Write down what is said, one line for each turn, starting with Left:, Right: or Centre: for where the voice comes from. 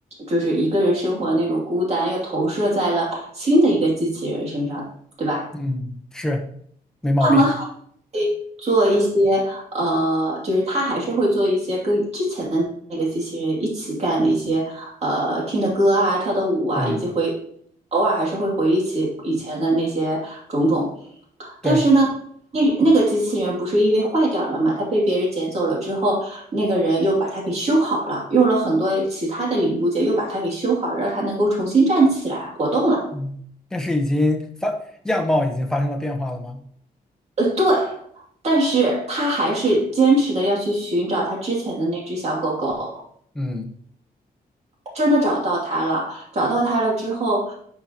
Right: 就是一个人生活的那种孤单，又投射在了新的一个机器人身上，对吧？
Centre: 嗯，是，没毛病。
Right: 他们做一些呃，就是他还是会做一些跟之前的那个机器人一起干的一些呃听的歌啊、跳的舞啊，
Centre: 嗯，
Right: 以及回偶尔还是会回忆起以前的那些种种。
Centre: 对，
Right: 但是呢，那那个机器人不是因为坏掉了嘛，它被别人捡走了之后，那个人又把它给修好了，用了很多其他的零部件又把它给修好了，让它能够重新站起来活动了。
Centre: 嗯，但是已经发，样貌已经发生了变化了吗？
Right: 呃，对。但是他还是坚持的要去寻找他之前的那只小狗狗，
Centre: 嗯，
Right: 真的找到他了，找到他了之后，